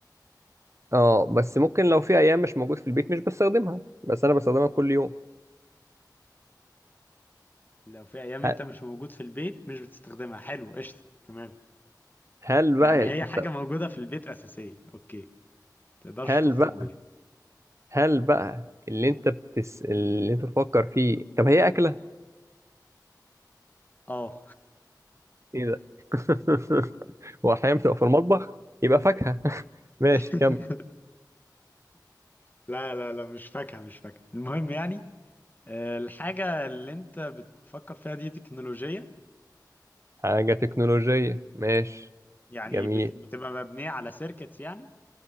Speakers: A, on the right; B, on the left.
A: اه بس ممكن لو في أيام مش موجود في البيت مش بستخدمها بس أنا بستخدمها كل يوم
B: لو في أيام
A: ه-
B: أنت مش موجود في البيت مش بتستخدمها حلو قشطة تمام
A: هل بقى
B: يعني
A: ال-
B: هي
A: أنت
B: حاجة موجودة في البيت أساسية أوكي تقدرش
A: هل
B: تخرج
A: بقى
B: بيها
A: هل بقى اللي أنت بتس اللي أنت تفكر فيه طب هي أكلة؟
B: اه
A: إيه ده؟ <laughs> وأحيانا بتبقى في المطبخ يبقى فاكهة <laughs> ماشي
B: <laughs>
A: كم
B: لا لا لا مش فاكهة مش فاكهة المهم يعني آه، الحاجة اللي انت بتفكر فيها دي تكنولوجية
A: حاجة تكنولوجية ماشي
B: يعني
A: جميل
B: بت- بتبقى مبنية على سيركتس يعني